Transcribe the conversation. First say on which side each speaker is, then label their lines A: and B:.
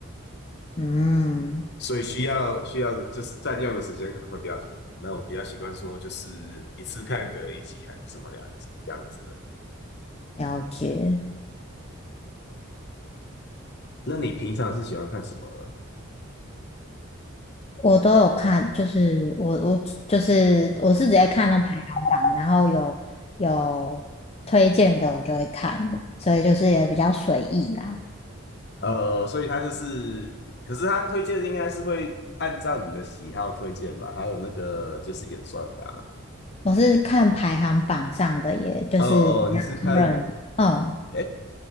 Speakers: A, on the left; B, on the left.
A: 嗯，
B: 所以需要需要就是占用的时间可能会比较长。那我比较习惯说就是一次看个一集还是什么两集这样子的。
A: 了解。
B: 那你平常是喜欢看什么
A: 我都有看，就是我我就是我是直接看那排行榜，然后有有推荐的我就会看，所以就是也比较随意啦。
B: 呃，所以他就是，可是他推荐应该是会按照你的喜好推荐吧，还有那个就是演算法。
A: 我是看排行榜上的，也就是比较多人，
B: 哦哦，你是看，
A: 嗯，
B: 哎，